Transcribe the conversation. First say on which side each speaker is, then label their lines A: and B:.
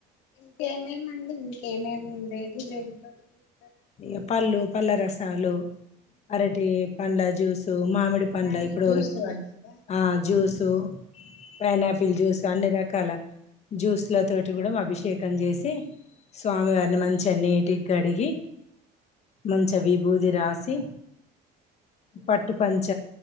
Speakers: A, on the left (about 80°); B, on the left (about 40°).
A: ఇంకేమేమండి ఇంకేమేమింది <unintelligible>
B: ఇగ పళ్ళు పళ్ళ రసాలు అరటి పండ్ల జ్యూసు మామిడి పండ్ల
A: అవన్నీ
B: ఇప్పుడు
A: జ్యూస్ పడతారా
B: ఆ జ్యూస్ సు పైనాపిల్ జ్యూస్ అన్ని రకాల జ్యూస్ లో తోటి గూడా అభిషేకం చేసి స్వామి వార్ని మంచిగా నీటీగా గడికి గి మంచిగా విబుది రాసి పట్టుపంచ